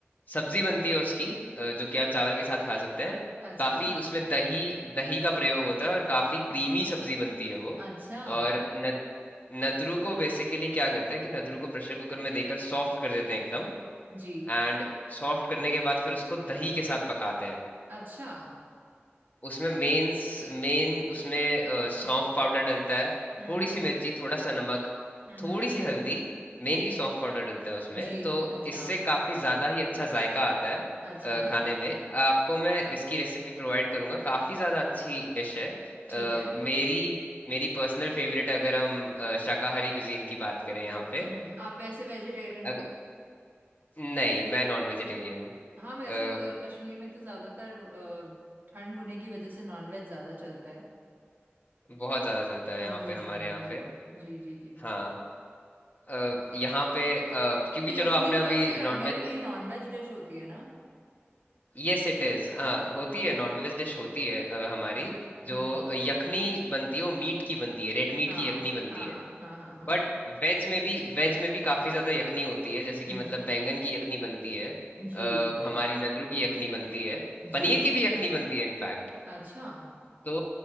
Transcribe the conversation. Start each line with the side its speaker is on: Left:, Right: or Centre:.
Left: सब्जी बनती है उसकी अ, जो कि आप चावल के साथ खा सकते हैं
Right: अच्छा
Left: काफी उसमें दही दही का प्रयोग होता है और काफी क्रीमी सब्जी बनती है वो
Right: अच्छा
Left: और न, नदरू को बेसिकली क्या करते हैं कि नदरू को प्रेशर कुकर में देकर सॉफ्ट कर देते हैं एकदम
Right: जी
Left: एंड सॉफ्ट करने के बाद फिर उसको दही के साथ पकाते हैं
Right: अच्छा
Left: उसमें मेन्स मेन उसमें अ, सौंफ पाउडर डलता है
Right: हम्म
Left: थोड़ी सी मिर्ची थोड़ा सा नमक
Right: हम्म
Left: थोड़ी
Right: हम्म
Left: सी हल्दी मेनली सौंफ पाउडर डलता है उसमें
Right: जी
Left: तो
Right: अच्छा
Left: इससे काफी ज्यादा ही अच्छा जायका आता है
Right: अच्छा
Left: अ, खाने में आपको मैं इसकी रेसिपी प्रोवाइड करूंगा काफी ज्यादा अच्छी डिश है अ,
Right: ठीक है
Left: मेरी मेरी पर्सनल फेवरेट अगर हम अ, शाकाहारी कुजीन की बात करें यहाँ पे
Right: हम्म
Left: अ,
Right: आप वैसे वेजिटेरियन हो
Left: अगर, नहीं मैं नॉन वेजिटेरियन हूँ
Right: हाँ वैसे
Left: अ,
Right: क- कश्मीर में तो ज्यादातर अ, ठंड होने की वजह से नॉनवेज ज्यादा चलता है
Left: बहुत ज्यादा चलता है
Right: जम्मू
Left: यहाँ पे
Right: कश्मीर
Left: हमारे
Right: में
Left: यहाँ
Right: जी
Left: पे
Right: जी जी जी
Left: हाँ अ, यहाँ पे अ, क्योंकि
Right: तो यखनी
Left: चलो आपने
Right: तो
Left: अभी
Right: वैसे प्राइमरीली
Left: नॉनवेज
Right: नॉनवेज डिश होती है ना
Left: यस इट इज हाँ होती है नॉनवेज डिश होती है अ, हमारी
Right: हम्म
Left: जो यखनी बनती है वो मीट की बनती है रेड मीट
Right: हाँ
Left: की यखनी बनती
Right: हाँ
Left: है
Right: हाँ हाँ हाँ
Left: बट
Right: हाँ
Left: वेज में भी वेज में भी काफी ज्यादा यखनी होती है जैसे कि
Right: हम्म
Left: मतलब बैंगन की यखनी बनती है अ,
Right: जी
Left: हमारी नदरू की यखनी बनती है
Right: जी
Left: पनीर
Right: जी
Left: की भी
Right: जी
Left: यखनी बनती है इनफैक्ट
Right: अच्छा
Left: तो